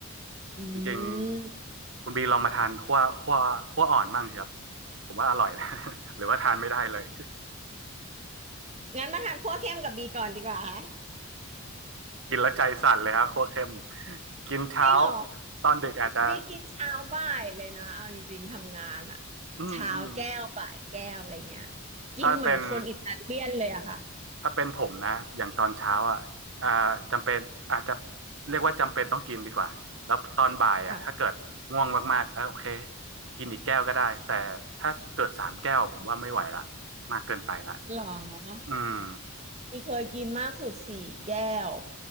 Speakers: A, on the right; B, on the right.
A: อื
B: จริง
A: ม
B: ๆคุณบีลองมาทานคั่วคั่วคั่วอ่อนบ้างสิครับผมว่าอร่อยนะ <laughs> หรือว่าทานไม่ได้เลย
A: งั้นมาทานคั่วเข้มกับบีก่อนดีกว่า <laughs>
B: <laughs> กินแล้วใจสั่นเลยครับคั่วเข้มกินเช้า
A: จริงเหรอ
B: ตอนดึกอาจจะ
A: บีกินเช้าบ่ายเลยนะเอาจริงๆทำงานอะ
B: อืมอืม
A: เช้าแก้วบ่ายแก้วอะไรเงี้ยกินเหมือนคนอิตาเลียนเลยอะค่ะ
B: ถ้าเป็นถ้าเป็นผมนะอย่างตอนเช้าอ่ะอ่าจำเป็นอาจจะเรียกว่าจำเป็นต้องกินดีกว่าแล้วตอนบ่ายอ่ะถ้าเกิดง่วงมากๆเออโอเค
A: ค่ะ
B: กินอีกแก้วก็ได้แต่ถ้าเกิดสามแก้วผมว่าไม่ไหวละมากเกินไปละ
A: หรอ
B: อืม
A: นี่เคยกินมากสุดสี่แก้ว